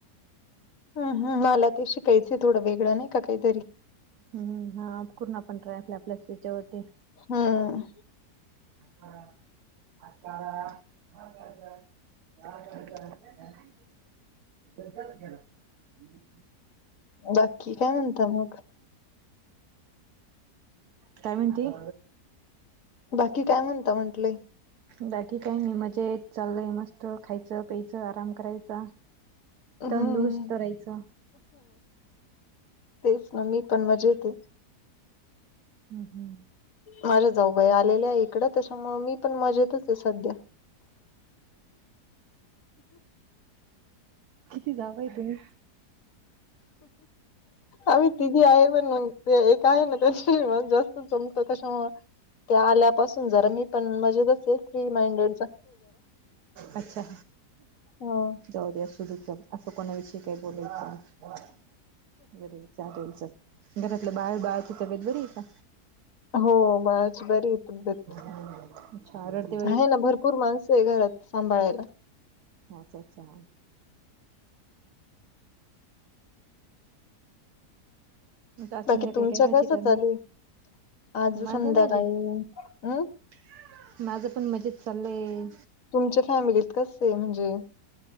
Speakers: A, on the left (about 55°); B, on the right (about 70°).
A: हा, हा मला ते शिकायचं थोडं वेगळं नाही का काहीतरी.
B: हम्म हा करून आपण ट्राय आपल्या आपल्या तेच्यावरती
A: हम्म
B: हा. <unintelligible> <unintelligible>
A: बाकी काय म्हणता मग
B: काय म्हणती?
A: बाकी काय म्हणता म्हंटलंय.
B: बाकी काही मी मजेत चालय मस्त खायचं प्यायचं आराम करायचा.
A: हम्म
B: तंदुरुस्त राहायचं.
A: तेच ना मी पण मजेत
B: हम् हम्
A: माझ्या जाऊबाई आलेल्या आहे इकडं तेच्यामुळ मी पण मजेतच हे सध्या
B: किती जाऊबाई तुम्ही?
A: आम्ही तिघी आहे पण मंग ते एक आहे ना त्याच्याशी मा जास्त जम त तेच्यामुळं ते आल्यापासून जरा मी पण मजेतच हे फ्री माइंडेडच
B: अच्छा
A: ह
B: जाऊ द्या आसूदे चल असं कोणाविषयी काही बोलेलं का बर हे चालेल चल घरातलं बाळ बाळाची तब्येत बरी आहे का?
A: हो बाळाची बरी आहे तबेत.
B: आच्छा रड
A: आहे ना भरपूर माणसं आहे घरात सांभाळायला.
B: अच्छा अच्छा आता आज
A: बाकी
B: संध्याकाळी
A: तुमच्या
B: काय भाजी
A: कसं
B: करणार?
A: चालू आहे आज
B: माझा
A: संध्याकाळी
B: मजेत
A: हम्
B: माझं पण मजेत चालय.
A: तुमच्या फॅमिलीत कसं हे म्हणजे?